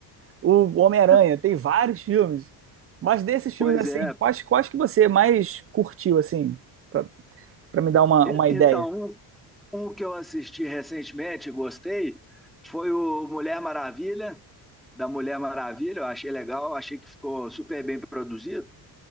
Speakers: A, on the right; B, in the centre.
A: O Homem-Aranha
B: É,
A: tem vários filmes. Mas desses filmes,
B: Pois
A: assim,
B: é.
A: quais, quais que você mais curtiu, assim, pra, pra me dar uma,
B: E-
A: uma ideia?
B: Então, um, um que eu assisti recentemente, e gostei, foi o Mulher Maravilha, da Mulher Maravilha. Eu achei legal, achei que ficou super bem produzido.